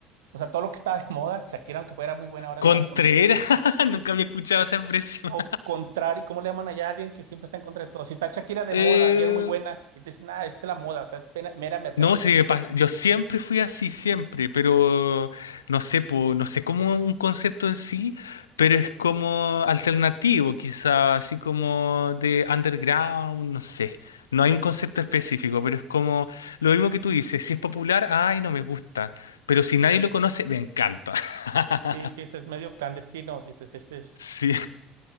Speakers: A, on the right (about 70°); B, on the left (about 75°).
A: O sea, todo lo que estaba de moda, Shakira, aunque fuera muy buena, ahora
B: Contreras,
A: la recon...
B: <laughs> nunca había escuchado esa expresión.
A: O contrario, ¿cómo le llaman allá a alguien que siempre está en contra de todo? Si está Shakira de
B: <laughs>
A: moda
B: Eh,
A: y es muy buena, y te dicen, ah, es la moda, o sea, es pena- mera mercadotecnia.
B: No, se me pas- yo siempre fui así, siempre, pero no sé, po, no sé cómo un concepto en sí, pero es como alternativo, quizá, así como de underground, no sé. No
A: Sí,
B: hay un concepto específico, pero es como lo mismo que tú dices, si es popular, ay, no me gusta, pero si nadie lo conoce, me encanta. <laughs>
A: sí, sí, eso es medio clandestino, dices, este es...
B: Sí.